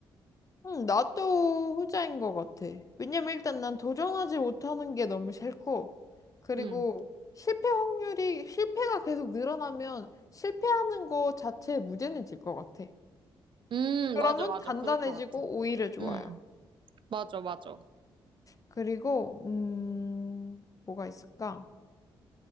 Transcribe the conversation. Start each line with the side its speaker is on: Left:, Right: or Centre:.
Left: 응, 나도 후자인 것 같아. 왜냐면 일단 난 도전하지 못하는 게 너무 싫고, 그리고
Right: 음.
Left: 실패 확률이, 실패가 계속 늘어나면 실패하는 거 자체에 무뎌해질 것 같아.
Right: 음,
Left: 그러면
Right: 맞아, 맞아.
Left: 단단해지고
Right: 그럴 것 같아.
Left: 오히려 좋아요.
Right: 음, 맞아, 맞아.
Left: 그리고, 음, 뭐가 있을까?